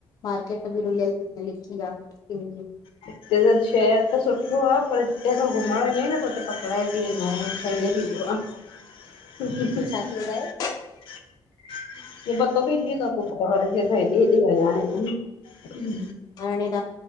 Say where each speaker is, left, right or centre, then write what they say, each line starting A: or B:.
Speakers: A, on the left (about 50°); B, on the left (about 80°).
A: मार्केट बी रुल्यल-पिंयल हिक ही आ किन्नी।
B: हिते शहर त सुठो आ, पर जिते असां घुमण वेंदा अहियूं न, त हुते पकड़ाइजी वेंदा आयूं संडे ॾींह
A: छा थी वेंदा आहियो
B: <unintelligible> पो पतो पैजी वेंदो आ पो ॿारन खे, असां हेॾे-हेॾे वया आयहूं।
A: हांणे त